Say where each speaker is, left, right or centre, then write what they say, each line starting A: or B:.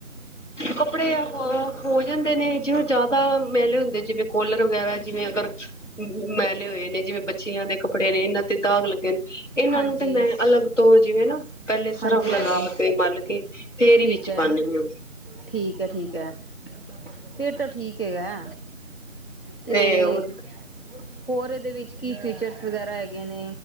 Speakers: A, on the left; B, on the left.
A: ਕੱਪੜੇ ਹੋ ਜਾਂਦੇ ਨੇ ਜਿਂ ਜ਼ਿਆਦਾ ਤਾਂ ਮੇਲੇ ਹੁੰਦੇ ਜਿਵੇਂ ਕੋਲਰ ਵਗੈਰਾ ਜਿਵੇਂ ਅਗਰ ਮੈਲੇ ਹੋਏ ਨੇ ਜਿਵੇਂ ਬੱਚੀਆਂ ਦੇ ਕੱ ਕੱੜੇ ਨੇ ਇਹਨਾਂ ਤੇ ਦਾਗ ਨੇ ਇਹਨਾਂ
B: ਹਾਂਜੀ।
A: ਨੂੰ ਤੇ ਮੈਂ ਅਲੱਗ ਤੋਂ ਹੋ ਜਾਵੇ ਨਾ। ਪਹਿਲੇ ਸਰਫ
B: ਹਾਂਜੀ
A: ਲਗਾ
B: ਹਾਂਜੀ
A: ਕੇ ਮਲ ਕੇ। ਫੇਰ
B: ਠੀਕ
A: ਹੀ ਵਿੱਚ
B: ਹੈ
A: ਪਾਉਂਦੇ ਹਾਂ।
B: ਠੀਕ ਹੈ, ਠੀਕ ਹੈ। ਫੇਰ ਤਾਂ ਠੀਕ ਹੈਗਾ। ਠੀਕ।
A: ਤੇ ਉਹ
B: ਹੋਰ ਇਹਦੇ ਵਿੱਚ ਕੀ ਫੀਚਰਸ ਵਗੈਰਾ ਹੈਗੇ, ਨੇ